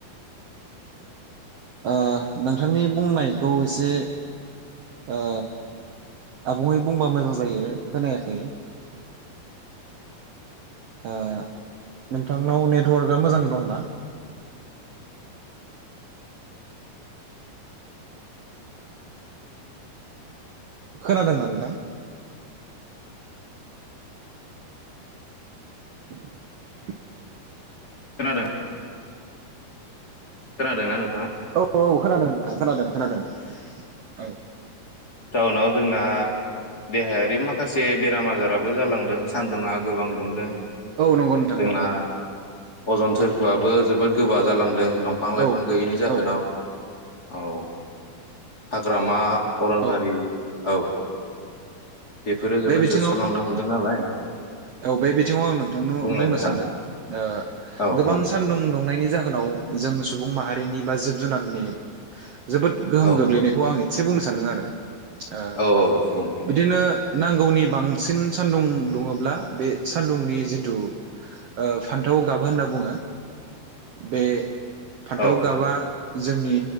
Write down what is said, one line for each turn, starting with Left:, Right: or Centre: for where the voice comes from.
Right: ओ नोंथांनि बुंनायखौ एसे ओ आबुङै बुंबा मोजां जायो खोनायाखै ओ नोंथांनाव नेटवार्कआ मोजाङै दंना खोनादों ना नोंथां <inaudible>
Left: खोनादों खोनादों ना नों
Right: औ औ खोनादों नोंथां खोनादों खोनादों औ
Left: टाउनाव जोंना देहायारि माखासे बेराम आजाराबो जालांदों सान्दुङा गोबां दुंदों
Right: औ नंगौ नोंथां
Left: जोंना
Right: नंगौ
Left: अजन थोरफोआबो जोबोद गोबा जालां दों दंफां लाइफां
Right: औ
Left: गैयैनि जाहोनाव
Right: औ
Left: औ हाग्रामा अरन
Right: औ
Left: बेफारि औ बेफोरो जोबोद
Right: बे बिथिङाव
Left: जोस्लुलांनो हमदों दों नालाय
Right: औ बे बिथिङाव आं नोंथांनो
Left: बुंलाय
Right: बुंनो
Left: नोंथाङा
Right: सानदों ओ
Left: औ
Right: गोबां
Left: बुं
Right: सानदुं दुंनायनि जा जाहोनाव जों सुबुं माहारिनि बा जिब जुनारनि जोबोद गोहोम
Left: औ
Right: गोग्लैनायखौ आं एसे बुंनो सानदों आरो ओ
Left: औ औ बुं नोंथां
Right: बिदिनो नांगौनि बांसिन सान्दुं दुङोब्ला बे सान्दुंनि जिथु ओ फान्थाव गाब होनना बुङो बे फान्थाव
Left: औ
Right: गाबआ जोंनि